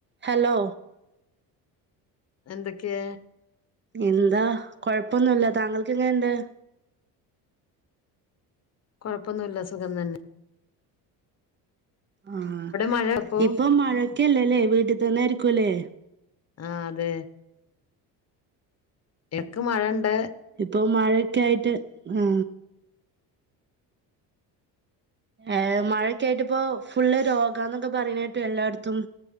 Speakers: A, on the right (about 30°); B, on the left (about 40°).
A: ഹലോ
B: എന്തൊക്കെ
A: എന്താ കൊഴപ്പൊന്നില്ല താങ്കൾക്കെങ്ങനെ ഇണ്ട്
B: കൊഴപ്പൊന്നില്ല സുഖംതന്നെ
A: ആ
B: മഴ അപ്പൊ
A: ഇപ്പൊ മഴക്കല്ലെല്ലേ വീട്ടിത്തന്നെ ആരിക്കൂലേ
B: ആ അതെ എക്ക് മഴണ്ട്
A: <unintelligible> മഴെക്കായിറ്റ് ആ ഏ മഴയൊക്കെയായിട്ടിപ്പോ ഫുള്ള് രോഗാനൊക്കെ പറയണ കേട്ടു എല്ലാടത്തും